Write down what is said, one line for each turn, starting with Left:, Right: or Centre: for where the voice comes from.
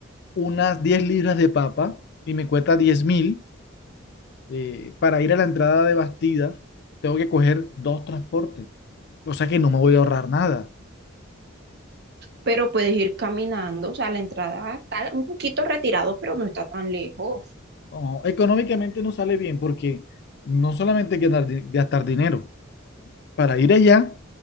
Left: unas 10 libras de papa y me cuesta diez mil, eh, para ir a la entrada de Bastida tengo que coger dos transportes. O sea que no me voy a ahorrar nada.
Right: pero puedes ir caminando, o sea, la entrada está un poquito retirado, pero no está tan lejos.
Left: No, económicamente no sale bien porque no solamente hay que ganar di- gastar dinero, para ir allá